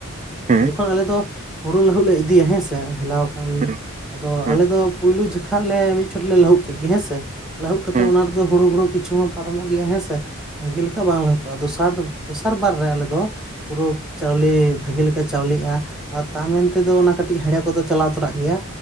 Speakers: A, on the right; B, in the centre.
A: ᱦᱩᱸ
B: ᱡᱚᱠᱷᱚᱱ ᱟᱞᱮ ᱫᱚ ᱦᱩᱲᱩ ᱞᱟᱹᱦᱩᱫ ᱞᱮ ᱤᱫᱤᱭᱟ ᱦᱮᱸᱥᱮ ᱦᱮᱞᱟᱣ ᱠᱟᱱᱟᱞᱤᱧ
A: ᱦᱩᱸ
B: ᱟᱫᱚ
A: ᱦᱩᱸ
B: ᱟᱞᱮ ᱫᱚ ᱯᱳᱭᱞᱩ ᱡᱚᱠᱷᱟ ᱞᱮ ᱢᱤᱫ ᱪᱷᱚᱴ ᱞᱮ ᱞᱟᱹᱦᱩᱫ ᱠᱮᱫ ᱜᱮ ᱦᱮᱸ ᱥᱮ ᱞᱟᱹᱦᱩ ᱠᱟᱛᱮ
A: ᱦᱩᱸ
B: ᱛᱟᱣ ᱚᱱᱟ ᱨᱮᱫᱚ ᱦᱩᱲᱩ ᱦᱩᱲᱩ ᱠᱤᱪᱩ ᱯᱟᱨᱚᱢᱚᱜ ᱜᱮᱭᱟ ᱦᱮᱸ ᱥᱮ ᱵᱷᱟᱹᱜᱤ ᱞᱮᱠᱟ ᱵᱟᱝ ᱞᱟᱹᱦᱩᱫᱚᱜᱼᱟ ᱫᱚᱥᱟᱨ ᱫᱚᱥᱟᱨ ᱵᱟᱨ ᱨᱮ ᱟᱞᱮ ᱫᱚ ᱯᱩᱨᱟᱹ ᱪᱟᱣᱞᱮ ᱵᱷᱟᱹᱜᱤ ᱞᱮᱠᱟ ᱪᱟᱣᱞᱮᱜᱼᱟ᱾ ᱟᱨ ᱛᱟ ᱢᱮᱱ ᱛᱮᱫᱚ ᱚᱱᱟ ᱠᱟᱹᱴᱤᱡ ᱦᱮᱲᱮ ᱠᱚᱫᱚ ᱪᱟᱞᱟᱣ ᱛᱚᱨᱟᱜ ᱜᱮᱭᱟ᱾